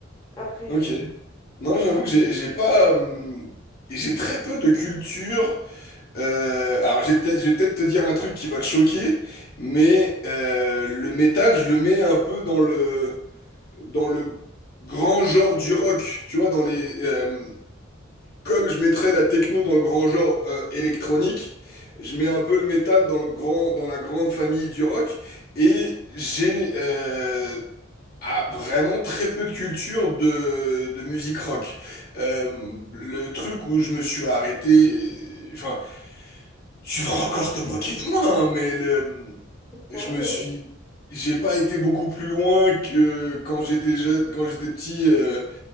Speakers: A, on the left (about 20°); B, on the left (about 50°).
A: Après,
B: Ok.
A: euh,
B: Non, j'avoue que j'ai j'ai pas. hum, J'ai très peu de culture. euh, alors, j'ai peut-être- je vais peut-être te dire un truc qui va te choquer, mais euh, le métal, je le mets un peu dans le, dans le grand genre du rock, tu vois, dans les. euh, comme je mettrais la techno dans le grand genre euh, électronique, je mets un peu le métal dans le grand, dans la grande famille du rock, et j'ai euh, ah, vraiment très peu de culture de, de musique rock. Euh, le truc où je me suis arrêté, euh, enfin, tu vas encore te moquer de moi, hein, mais le,
A: pourquoi,
B: je me
A: non?
B: suis, j'ai pas été beaucoup plus loin que quand j'étais jeune, quand j'étais petit. euh,